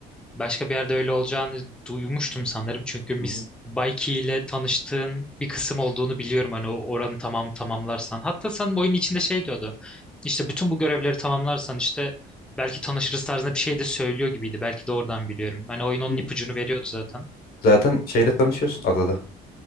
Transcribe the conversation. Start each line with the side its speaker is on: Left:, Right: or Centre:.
Centre: başka bir yerde öyle olacağını duymuştum sanırım. Çünkü Miss
Left: Hı
Centre: Baiki ile tanıştığın bir kısım olduğunu biliyorum. Hani o oranı tamam tamamlarsan. Hatta sanırım oyunun içinde şey diyordu. İşte bütün bu görevleri tamamlarsan işte belki tanışırız tarzında bir şey de söylüyor gibiydi. Belki de oradan biliyorum. Hani oyun onun
Left: hı.
Centre: ipucunu veriyordu zaten.
Left: Zaten şeyle tanışıyorsun adada.